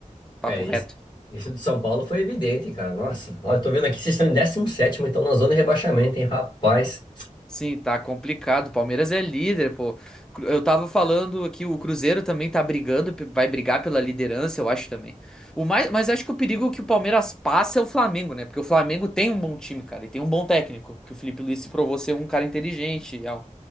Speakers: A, in the centre; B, on the left.
A: papo
B: É, esse,
A: reto.
B: esse do São Paulo foi evidente, cara. Nossa, ó, eu tô vendo aqui, vocês estão em décimo sétimo então na zona de rebaixamento, hein? Rapaz,
A: Sim, tá complicado. O Palmeiras é líder, pô. Cru- Eu tava falando aqui, o Cruzeiro também tá brigando, pe- vai brigar pela liderança, eu acho também. O mais, mas acho que o perigo que o Palmeiras passa é o Flamengo, né? Porque o Flamengo tem um bom time, cara, e tem um bom técnico, que o Felipe Luiz se provou ser um cara inteligente, é um-